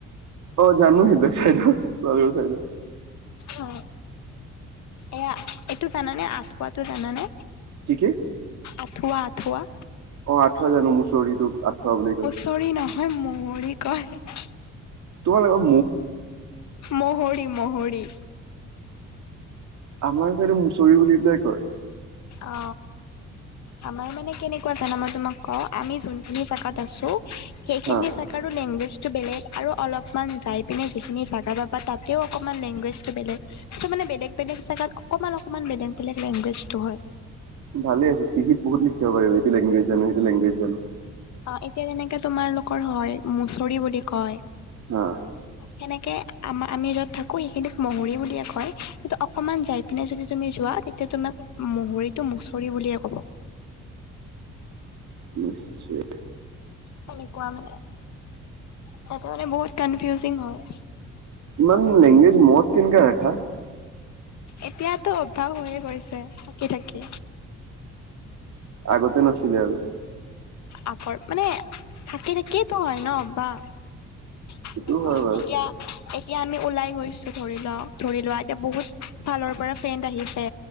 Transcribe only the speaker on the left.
অ, এয়া এইটো জানানে আঠুৱাটো জানানে?
আঁঠুৱা- আঁঠুৱা?
মুচৰি নহয় মূহৰি কয়।
মৌহৰি- মৌহৰি।
অ, আমাৰ মানে কেনেকুৱা জানা মই তোমাক কওঁ আমি যোনখিনি জাগাত আছোঁ সেইখিনি
জাগাৰো লেংগুৱেজ টো বেলেগ আৰু অলপমান যাই পিনে যিখিনি জেগা পাবা তাতেও অকমান লেংগুৱেজটো বেলেগ। ত'মানে বেলেগ-বেলেগ জাগাত অকমান অকমান বেলেগ -বেলেগ লেংগুৱেজটো হয়।
অ, এতিয়া যেনেকে তোমাৰালোকৰ হয় মুচৰি বুলি কয়
সেনেকে আমাৰ আমি য'ত থাকো সেইখিনিক মৌহৰি বুলিয়ে কয় কিন্তু অকমান যাই পিনে যদি তুমি যোৱা তেতিয়া তোমাক মহৰীটো মচৰি বুলিয়ে ক'ব।
সেনেকুৱা মানে সেহতে মানে বহুত কনফিউজিং হয়।
এতিয়াতো অভ্যাস হৈয়ে গৈছে থাকি - থাকি।
আগৰ মানে থাকি -থাকিটোৱেতো হয় ন' বা সেনেকুৱা
এতিয়া এতিয়া আমি ওলাই গৈছো ধৰি ল' ধৰি লোৱা এতিয়া বহুত ফালৰ পৰা ফ্ৰেণ্ড আহিছে